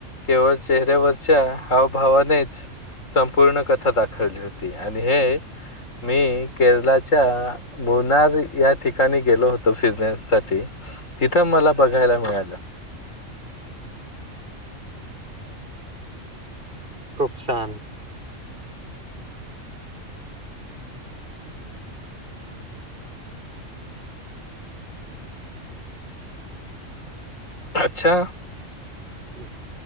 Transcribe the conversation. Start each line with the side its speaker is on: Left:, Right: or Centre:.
Left: केवळ चेहऱ्यावरच्या हावभावानेच. संपूर्ण कथा दाखवली होती आणि हे मी केरलाच्या- भोनार या ठिकाणी गेलो <inaudible> <inaudible> साठी तिथं मला बघायला मिळालं.
Right: खूप छान.
Left: अच्छा!
Right: हम् <inaudible>